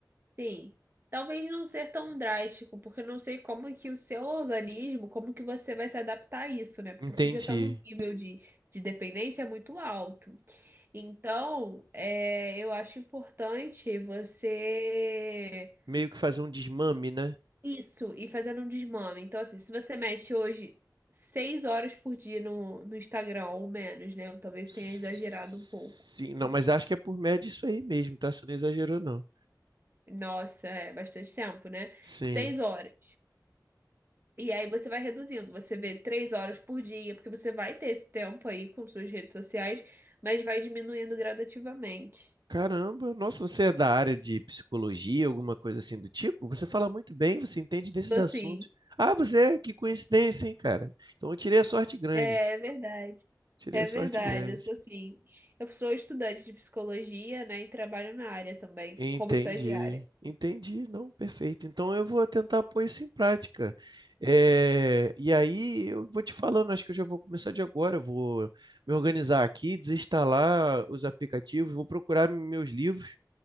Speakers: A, on the right; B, on the right.
A: sim. Talvez não ser tão drástico, porque eu não sei como que o seu organismo, como que você vai se adaptar a isso, né? Porque
B: Entendi.
A: você já tá num nível de, de dependência muito alto. Então, é, eu acho importante você
B: meio que fazer um desmame, né?
A: Isso, e fazendo um desmame. Então, assim, se você mexe hoje seis horas por dia no, no Instagram, ou menos, né? Eu talvez
B: Sim,
A: tenha exagerado um pouco.
B: não, mas acho que é por média isso aí mesmo, tá? Você não exagerou, não.
A: Nossa, é bastante tempo, né?
B: Sim.
A: Seis horas. E aí você vai reduzindo, você vê três horas por dia, porque você vai ter esse tempo aí com suas redes sociais, mas vai diminuindo gradativamente.
B: Caramba, nossa, você é da área de psicologia, alguma coisa assim do tipo? Você fala muito bem, você entende desses
A: Sou
B: assuntos.
A: assim.
B: Ah, você é? Que coincidência, hein, cara? Então eu tirei a sorte grande.
A: É verdade.
B: Tirei
A: É
B: a sorte
A: verdade,
B: grande.
A: eu sou assim. Eu sou estudante de psicologia, né? E trabalho na área também,
B: Entendi,
A: como estagiária.
B: entendi, não, perfeito. Então eu vou tentar pôr isso em prática. É, e aí eu vou te falando, acho que eu já vou começar de agora. eu Vou me organizar aqui, desinstalar os aplicativos, vou procurar meus livros.